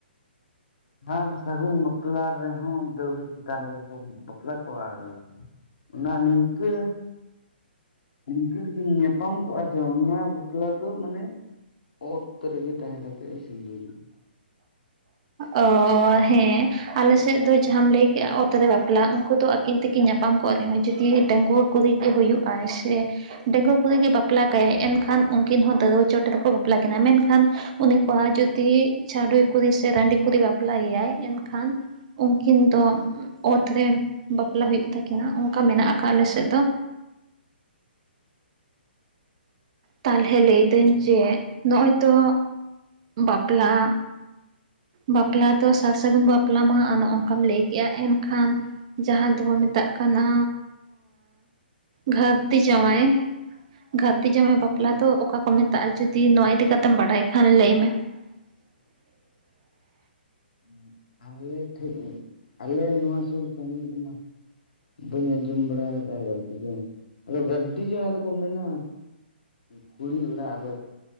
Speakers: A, on the left; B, on the right.
A: ᱟᱨ ᱥᱟᱹᱜᱩᱱ ᱵᱟᱯᱞᱟ ᱨᱮᱦᱚᱸ ᱫᱟᱹᱣᱲᱟᱹ ᱪᱮᱛᱟᱱ ᱨᱮᱜᱮ ᱠᱚ ᱵᱟᱯᱞᱟ ᱠᱚᱣᱭᱟ ᱟᱨ ᱚᱱᱟ ᱱᱤᱱᱠᱟᱹ ᱤᱱᱠᱟᱹ ᱛᱮᱠᱤᱱ ᱧᱟᱯᱟᱢ ᱠᱚᱜᱼᱟ ᱥᱮ ᱚᱱᱟ ᱵᱟᱯᱞᱟ ᱫᱚ ᱢᱟᱱᱮ ᱚᱛ ᱨᱮᱜᱮ ᱛᱟᱦᱮᱸ ᱠᱟᱛᱮᱫ ᱮ ᱥᱤᱸᱫᱩᱨᱟᱭᱟ
B: ᱚᱻ ᱦᱮᱸ ᱟᱞᱮ ᱥᱮᱫ ᱫᱚ ᱡᱟᱦᱟᱸᱢ ᱞᱟᱹᱭ ᱠᱮᱜᱼᱟ ᱚᱛ ᱨᱮ ᱵᱟᱯᱞᱟ ᱩᱱᱠᱩ ᱫᱚ ᱟᱹᱠᱤᱱ ᱛᱮᱠᱤᱱ ᱧᱟᱯᱟᱢ ᱠᱚᱜ ᱨᱮᱦᱚᱸ ᱡᱩᱫᱤ ᱰᱟᱹᱜᱩᱣᱟᱹ ᱯᱩᱠᱨᱤᱜ ᱜᱮ ᱦᱩᱭᱩᱜᱼᱟᱭ ᱥᱮ ᱰᱟᱹᱜᱩᱣᱟᱹ ᱠᱩᱲᱤ ᱜᱮ ᱵᱟᱯᱞᱟ ᱠᱟᱭᱟᱭ ᱮᱱ ᱠᱷᱟᱱ ᱩᱱᱠᱤᱱ ᱦᱚᱸ ᱫᱟᱹᱲᱩᱣᱟᱹ ᱪᱚᱴ ᱨᱮᱠᱚ ᱵᱟᱯᱞᱟ ᱠᱤᱱᱟ ᱢᱮᱱᱠᱷᱟᱱ ᱩᱱᱤ ᱠᱚᱲᱟ ᱡᱩᱫᱤ ᱛᱤ ᱪᱷᱟᱰᱩᱭ ᱠᱩᱲᱤ ᱥᱮ ᱨᱟᱸᱰᱤ ᱠᱩᱨᱤ ᱵᱟᱯᱞᱟᱭᱮᱭᱟᱭ ᱮᱱᱠᱷᱟᱱ ᱩᱱᱠᱤᱱ ᱫᱚ ᱚᱛ ᱨᱮ ᱵᱟᱯᱞᱟ ᱦᱩᱭᱩᱜ ᱛᱟᱹᱠᱤᱱᱟ ᱚᱱᱠᱟ ᱢᱮᱱᱟᱜ ᱟᱠᱟᱜ-ᱟ ᱟᱞᱮ ᱥᱮᱫ ᱫᱚ ᱛᱟᱞᱦᱮ ᱞᱟᱹᱭ ᱫᱟᱹᱧ ᱡᱮ ᱱᱚᱜ-ᱚᱭ ᱛᱚ ᱵᱟᱯᱞᱟ᱾ ᱵᱟᱯᱞᱟ ᱫᱚ ᱥᱟᱨ ᱥᱟᱹᱜᱩᱱ ᱵᱟᱯᱞᱟᱢᱟ ᱚᱱᱮ ᱚᱱᱠᱟᱢ ᱞᱟᱹᱭ ᱠᱮᱜᱼᱟ ᱮᱱᱠᱷᱟᱱ ᱡᱟᱦᱟᱸ ᱫᱚᱠᱚᱱ ᱢᱮᱛᱟᱜ ᱠᱟᱱᱟ ᱜᱷᱟᱹᱨᱫᱤ ᱡᱟᱸᱣᱭᱟᱭ᱾ ᱜᱷᱟᱨᱫᱤ ᱡᱟᱢᱟᱭ ᱵᱟᱯᱞᱟ ᱫᱚ ᱚᱠᱟ ᱠᱚ ᱢᱮᱛᱟᱜᱼᱟ, ᱡᱩᱫᱤ ᱱᱚᱣᱭᱟ ᱤᱫᱤ ᱠᱟᱛᱮᱢ ᱵᱟᱲᱟᱭ ᱠᱷᱟᱱ ᱞᱟᱹᱭ ᱢᱮ? <unintelligible>
A: <unintelligible> ᱟᱞᱮ ᱴᱷᱮᱡ ᱟᱞᱮ ᱱᱚᱣᱭᱟ ᱥᱩᱨ ᱥᱟᱺᱜᱤᱧ ᱨᱮᱢᱟ ᱵᱟᱹᱧ ᱟᱸᱡᱚᱢ ᱵᱟᱲᱟ ᱟᱠᱟᱫ-ᱟ ᱜᱦᱟᱨᱫᱤ ᱡᱟᱸᱣᱭᱟᱭ ᱟᱫᱚ ᱜᱦᱟᱨᱫᱤ ᱡᱟᱸᱣᱭᱟᱭ ᱫᱚᱠᱚ ᱢᱮᱱᱟ᱾ ᱠᱩᱲᱤ ᱚᱲᱟᱜ ᱨᱮ